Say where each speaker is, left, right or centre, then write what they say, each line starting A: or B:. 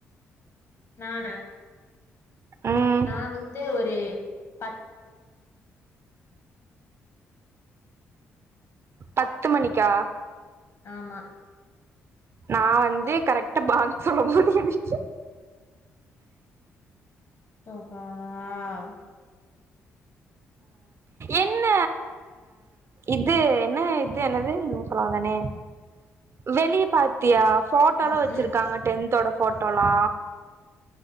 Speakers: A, on the left; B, on the right.
A: நானா
B: ம்
A: நா வந்து ஒரு பத்
B: பத்து மணிக்கா
A: ஆமா
B: நா வந்து கரெக்டா பாங்கு போட போது வந்து
A: தோ பாவ்
B: என்ன இது என்ன இது என்னது என்னமோ சொல்ல வந்தனே வெளிய பாத்தியா போட்டோலா
A: ம்
B: வச்சிருக்காங்க
A: ம்
B: டென்தோட போட்டோலா